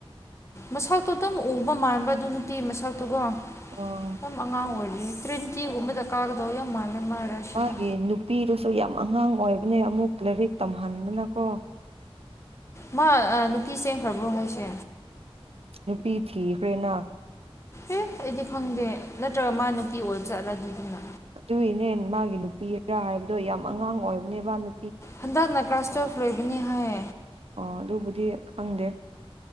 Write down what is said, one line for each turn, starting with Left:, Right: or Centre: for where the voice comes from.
Left: ꯃꯁꯛꯇꯣ ꯑꯗꯨꯝ ꯎꯕ ꯃꯥꯟꯕ ꯑꯗꯨ ꯅꯨꯄꯤ ꯃꯁꯛ ꯗꯨꯒ
Right: ꯑꯣ
Left: ꯌꯥꯝ ꯑꯡꯉꯥꯡ ꯑꯣꯏꯔꯤ ꯇ꯭ꯔꯤꯟꯇꯤꯒꯨꯝꯕꯗ ꯀꯥꯒꯗꯧ ꯌꯥꯝ ꯃꯥꯥꯟꯂꯦ ꯃꯥ ꯔꯥꯁꯤꯗꯣ
Right: ꯃꯥꯒꯤ ꯅꯨꯄꯤꯗꯨꯁꯨ ꯌꯥꯝ ꯑꯉꯥꯡ ꯑꯣꯏꯕꯅꯦ ꯑꯃꯨꯛ ꯂꯥꯏꯔꯤꯛ ꯇꯝꯍꯟꯕꯅꯀꯣ
Left: ꯃꯥ ꯅꯨꯄꯤ ꯆꯦꯟꯈ꯭ꯔꯕꫭ ꯍꯥꯏꯁꯦ
Right: ꯅꯨꯄꯤ ꯊꯤꯈ꯭ꯔꯦꯅ
Left: ꯑꯦ ꯑꯩꯗꯤ ꯈꯪꯗꯦ ꯅꯠꯇ꯭ꯔꯒ ꯃꯥ ꯅꯨꯄꯤ ꯑꯣꯏꯕ ꯆꯠꯂ ꯑꯗꯨꯗꯤꯅ
Right: ꯑꯗꯨꯏꯅꯦ ꯃꯥꯒꯤ ꯅꯨꯄꯤꯔ ꯍꯥꯏꯕꯗꯣ ꯌꯥꯝ ꯑꯉꯥꯡ ꯑꯣꯏꯕꯅꯦꯕ ꯅꯨ
Left: ꯍꯟꯗꯛꯅ ꯀ꯭ꯂꯥꯁ ꯇꯐꯋꯦꯜꯚ ꯂꯣꯏꯕꯅꯦ ꯍꯥꯏ
Right: ꯑꯣ ꯑꯗꯨꯕꯨꯗꯤ ꯈꯪꯗꯦ